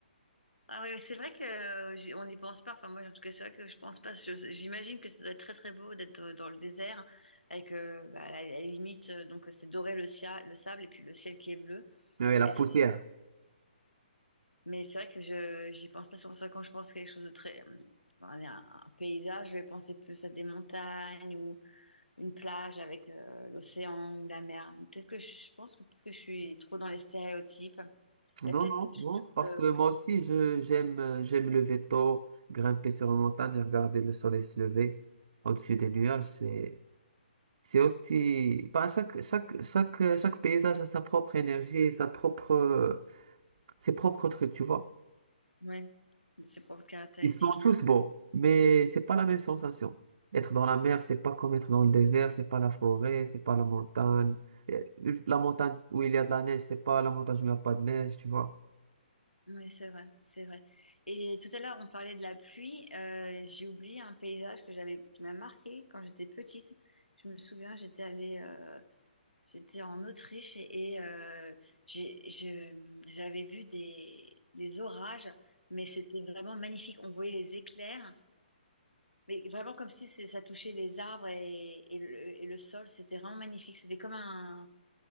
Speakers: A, on the left (about 80°); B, on the right (about 50°).
A: Ah ouais, c'est vrai que euh, j'y- on n'y pense pas. Enfin, moi, en tout cas, c'est vrai que je pense pas. Je- J'imagine que ça doit être très très beau d'être euh, dans le désert avec euh, bah, à la, à la limite, euh, donc euh, c'est doré le, cia- le sable et puis le ciel qui est bleu.
B: Mais la
A: Et
B: poussière.
A: ça, Mais c'est vrai que je j'y pense pas souvent ça quand je pense à quelque chose de très euh, allez, un, un paysage, je vais penser plus à des montagnes ou une plage avec euh, l'océan ou la mer. Peut-être que je, je pense que peut-être que je suis trop dans les stéréotypes.
B: Non,
A: Il y a peut-être
B: non,
A: des
B: non,
A: choses
B: parce
A: euh,
B: que moi aussi, je j'aime euh, j'aime me lever tôt, grimper sur une montagne et regarder le soleil se lever au-dessus des nuages. C'est C'est aussi, bah, chaque, chaque, chaque, chaque paysage a sa propre énergie, sa propre, euh, ses propres trucs, tu vois.
A: ouais, de ses propres caractéristiques.
B: Ils sont tous beaux, mais c'est pas la même sensation. Être dans la mer, c'est pas comme être dans le désert, c'est pas la forêt, c'est pas la montagne. Euh, La montagne où il y a de la neige, c'est pas la montagne où il n'y a pas de neige, tu vois.
A: Oui, c'est vrai, c'est vrai. Et tout à l'heure, on parlait de la pluie. euh, j'ai oublié un paysage que j'avais qui m'a marqué quand j'étais petite. Je me souviens, j'étais allée euh, J'étais en Autriche et, et, euh, j'ai- je- j'avais vu des, des orages, mais c'était vraiment magnifique. On voyait les éclairs, mais vraiment comme si c'est- ça touchait les arbres et, et le, et le sol. C'était vraiment magnifique. C'était comme un,